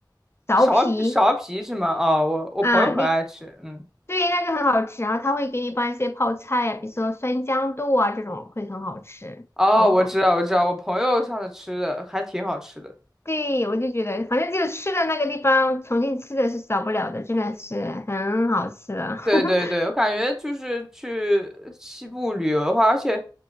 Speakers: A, on the left; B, in the centre.
A: 苕皮
B: 苕皮苕皮是吗？哦，我我朋友很爱吃，
A: 啊，你
B: 嗯，
A: 对，那个很好吃，然后他会给你放一些泡菜呀、比如说酸豇豆啊这种，会很好吃，
B: 哦，
A: 超好。
B: 我知道我知道，我朋友上次吃的还挺好吃的。
A: 对，我就觉得，反正就是吃的那个地方，重庆吃的是少不了的，真的是很好吃的。<laughs>
B: 对对对，我感觉就是去西部旅游的话，而且